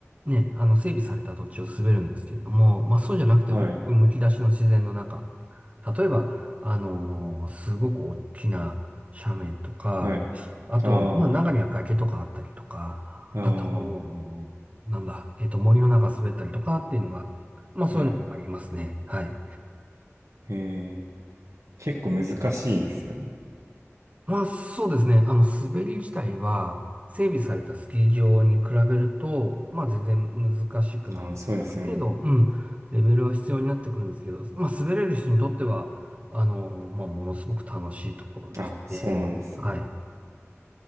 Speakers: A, on the right; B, on the right.
A: ね、あの、整備された土地を滑るんですけれども、まあ、そうじゃなくて、
B: はい。
A: 本当にむき出しの自然の中。例えば、あのーすごく大きな斜面とか、
B: はい。
A: あとは、
B: あ
A: まあ、中には崖とかあったりとか、
B: あ、あ
A: あと、なんだ、えっと、森の中滑ったりとかっていうのが、まあ、そういうのがありますね。
B: あ、はい。
A: はい。
B: ええ、結構難しいですよね。
A: まあそうですね。あの、滑り自体は、整備されたスキー場に比べると、まあ全然難しくなるので、
B: ああ、そうですよね。
A: ある程度、うん、レベルは必要になってくるんですけど、まあ滑れる人にとっては、あの、まあものすごく楽しいところですね。
B: あ、そうなんですね。
A: はい。